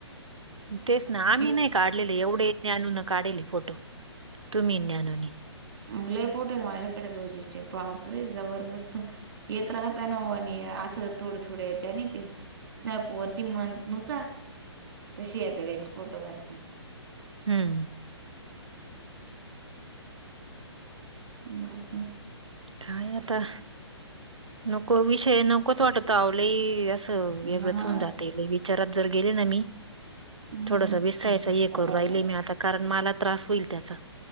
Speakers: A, on the right; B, on the right.
A: तेच ना आम्ही
B: मी
A: नाही काढलेले एवढे ज्ञानून काढेली फोटो तुम्ही नी ज्ञानूनी
B: लय पोटो आहे माझ्याकडे रोजीचे बापरे जबरदस्त येत राहताना ओ आणि असं थोडं थोड याच्या आणि ते स्नाॅपवरती म नुसार तशी येतं त्याच्या फोटोग्राफी
A: हम्म
B: बाकी
A: काय आता नको विषय नकोच वाटत आवो लई असं
B: मग
A: वेगळंच होऊन जात. ते मी विचारात जर गेले ना मी
B: मग
A: थोडस विसरायच हे
B: त्यापेक्षा
A: करू राहिले मी आता कारण मला त्रास होईल त्याचा